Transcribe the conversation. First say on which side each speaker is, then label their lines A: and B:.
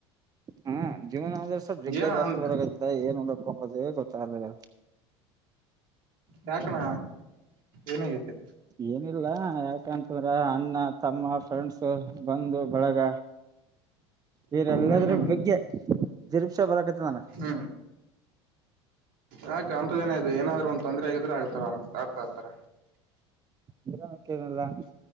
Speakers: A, on the right; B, on the right.
A: ಹ ಜೀವನ ಅಂದ್ರ ಸ್ವಲ್ಪ ವಿದ್ಯಾಭ್ಯಾಸ
B: ಏನ್
A: ಬರಕ ಬೖ ಏನ್ ಮಾಡಕ್ಕೊಂಬದೇ ಗೊತ್ತಾಗಲ್ಲ.
B: ಯಾಕಣ ಏನಾಗೖತೆ?
A: ಏನಿಲ್ಲಾ ಯಾಕಂತದ್ರ ಅಣ್ಣ ತಮ್ಮ, ಫ್ರೆಂಡ್ಸು, ಭಂದು, ಬಳಗ. ಬೇರೆ ಎಲ್ಲದರ
B: ಹ್ಮ್ ಹ್ಮ್
A: ಬಗ್ಗೆ ಜಿರುಪ್ಸಾ ಬರಕತ್ತದ್ ನನ್ಗ.
B: ಹ್ಮ ಯಾಕ ಅಂತದ್ ಏನಾಯ್ತು ಏನಾದ್ರು ಒಂದ್ ತೊಂದ್ರೆ ಆಗಿದ್ರೆ ಆಗ್ತಾರ ಆಗ್ತಾ ಆರ್ತಾರ.
A: ಬರಾಮಕ್ಕೆೇನಲ್ಲ